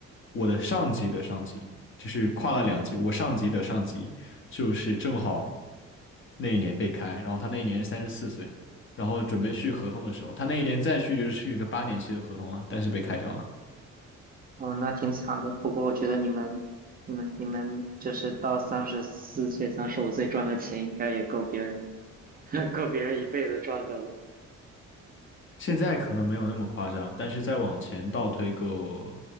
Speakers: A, on the left; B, on the right.
A: 我的上级的上级就是跨了两级，
B: 嗯，
A: 我上级的上级就是正好那一年被开，然后他那一年是三十四岁，然后准备续合同的时候，他那一年再续就是续一个八年期的合同啊，但是被开掉了。
B: 哦，那挺惨的。不过我觉得你们、你们、你们就是到三十四岁、三十五岁赚的钱，应该也够别人 <laughs> 够别人一辈子赚的了。
A: 现在可能没有那么夸张，但是再往前倒推个